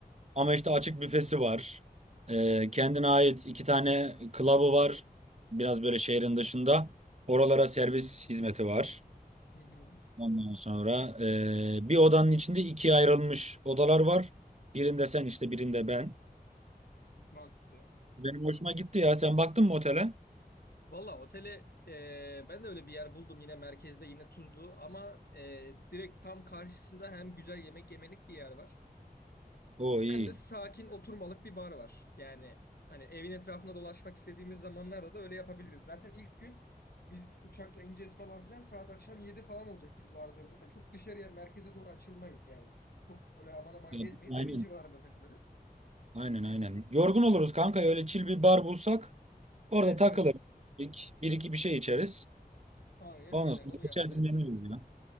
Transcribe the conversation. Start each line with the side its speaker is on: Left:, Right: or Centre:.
Right: ama işte açık büfesi var. Ee, kendine ait iki tane club'ı var biraz böyle şehrin dışında. Oralara servis hizmeti var.
Left: Hı hı.
Right: Ondan sonra e, bir odanın içinde ikiye ayrılmış odalar var. Birinde sen işte birinde ben.
Left: Mantıklı.
Right: Benim hoşuma gitti ya. Sen baktın mı otele?
Left: Valla otele e, ben de öyle bir yer buldum yine merkezde yine Tuzlu ama e, direkt tam karşısında hem güzel yemek yemelik bir yer var.
Right: O
Left: Hem
Right: iyi.
Left: de sakin oturmalık bir bar var. Yani hani evin etrafında dolaşmak istediğimiz zamanlarda da öyle yapabiliriz. Zaten ilk gün biz uçakla ineceğiz falan filan saat akşam 7 falan olacak biz vardığımızda. Çok dışarıya merkeze doğru açılmayız yani. Çok öyle aman aman
Right: Ya,
Left: gezmeyiz. Evin
Right: Aynen.
Left: civarında takılırız.
Right: Aynen aynen. Yorgun oluruz kanka. Öyle chill bir bar bulsak orada
Left: Evet
Right: takılır.
Left: evet.
Right: Bir, bir iki bir şey içeriz.
Left: Aynen
Right: Ondan
Left: öyle.
Right: sonra
Left: Onu yaparız.
Right: geçer dinleniriz ya.